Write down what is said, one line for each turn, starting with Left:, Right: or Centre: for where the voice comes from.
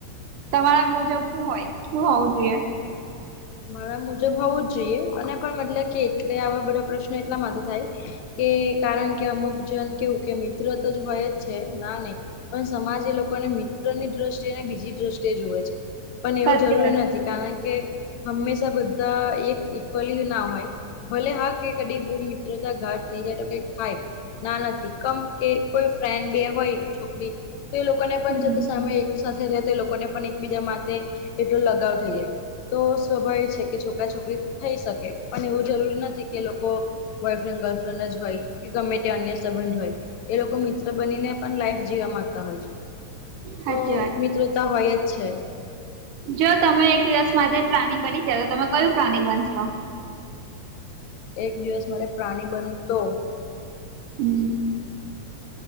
Right: તમારા મુજબ શું હોય શું હોવું જોઈએ.
Left: મારા મુજબ હોવું જ જોઈએ અને પણ મતલબ કે એટલે આવા બધા પ્રશ્નો એટલા માટે થાય. કે કારણ કે અમુક જન કેવું કે મિત્ર તો જ હોય જ છે ના ને પણ સમાજ એ લોકોને મિત્રની દ્રષ્ટિએ અને બીજી દ્રષ્ટિએ જુવે છે. પણ
Right: સાચી
Left: એવું જરૂરી
Right: વાત
Left: નથી કારણ કે હંમેશા બધા એક ઇક્વલી ના હોય. ભલે હા કઈ કદી બહુ મિત્રતા ઘાટ થઈ જાય તો કઈક થાય. ના નથી કમ કે કોઈ ફ્રેડ બે હોય છોકરી. તો એ લોકોને પણ
Right: હમ
Left: જત સામે એક સાથે રહે તો એ લોકોને પણ એકબીજા માટે એટલો લગાવ થઈ જાય. તો સ્વાભાવિક છે કે છોકરા છોકરી થઈ શકે પણ એવું જરૂરી નથી કે લોકો. બોયફ્રેન્ડ ગર્લફ્રેન્ડ જ હોય. ગમે તે અન્ય સંબંધ હોય એ લોકો મિત્ર બનીને પણ લાઈફ જીવા માંગતા હોય છે.
Right: સાચી
Left: તો
Right: વાત
Left: મિત્રતા હોય જ છે.
Right: જો તમે એક દિવસ માટે પ્રાણી બની જ તો તમે કયું પ્રાણી બનશો.
Left: એક દિવસ મારે પ્રાણી બનવું તો.
Right: હમ